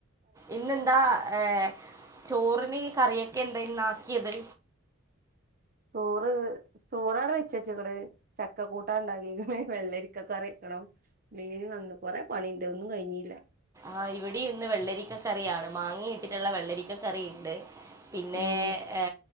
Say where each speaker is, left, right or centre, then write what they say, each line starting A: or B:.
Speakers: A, on the right (about 15°); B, on the right (about 45°).
A: ഇന്നെന്താ ഏ ചോറിന് കറിയൊക്കെ എന്താ ഇന്ന് ആക്കിയത്
B: ചോറ് ചോറാടെ വെച്ച് വെച്ചേക്കണ് ചക്കക്കൂട്ടാൻ ഉണ്ടാക്കിയേക്കണ് വെള്ളരിക്ക കറി വക്കണം മീന് വന്ന് കൊറെ പണിയുണ്ട് ഒന്നും കഴിഞ്ഞില്ല
A: ആഹ് ഇവിടെയും ഇന്ന് വെള്ളരിക്ക കറിയാണ് മാങ്ങയിട്ടിട്ടുള്ള വെള്ളരിക്ക കറി ഉണ്ട് പിന്നേ
B: ഉം
A: ഏ